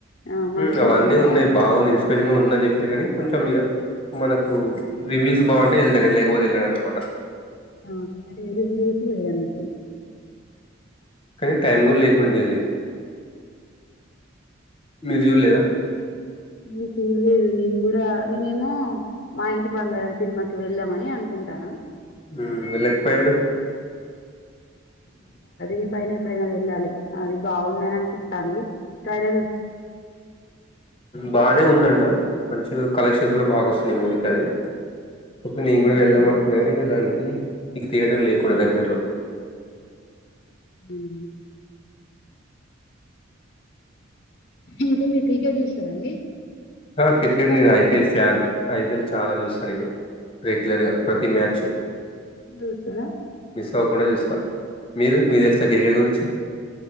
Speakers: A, on the left; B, on the left.
A: ఆ మంచిగా
B: ఉమ్ అవన్నీ
A: ఉంది
B: ఉన్నాయి
A: ఆ
B: బాగుంది ఇన్స్పిరేషన్ గా ఉందని చెప్పిన్రూ కానీ కొంచెం ఇక మనకు రివ్యూస్ బావుంటే ఎంత వెళ్ళాను అనమాట
A: ఆ అదేరు వ్యూరు పోడిన్నటి
B: కానీ టైం కూడా లేకుండేలే మీరు చూడలేదా
A: ఉహుమ్ మీకు లేదు నేను కూడా నేనేమో మా ఇంటి బంగారం సినిమాకి వెళ్ళాదమని అనుకుంటాన
B: ఉమ్ వెళ్ళకపోయారు
A: ఈ పైన ఎప్పుడైనా వెళ్ళాలి అది బాగుందని అనిపిస్తోంది కానీ
B: బానే ఉందంట మంచిగా కలెక్షన్స్ కూడా బాగా వస్తున్నాయి మూవీ కవి కాకపోతే నేను
A: మీరు
B: కూడా
A: చూడలేదా
B: వెళ్ళాం అనుకున్నాను దానికి ఇక థియేటర్ లేకుండే దగ్గరలో
A: ఉమ్ ఇంకా మీరు క్రికెట్ చూస్తారండి
B: ఆ క్రికెట్ నేను ఐపీఎల్ ఫ్యాన్ ఐపీఎల్ చాలా చూస్తా నేను రెగ్యులర్గా ప్రతి మ్యాచ్
A: చూస్తారా
B: మిస్ అవ్వకుండా చూస్త మీరు మీకు తెలుసా క్రికెట్ గురించి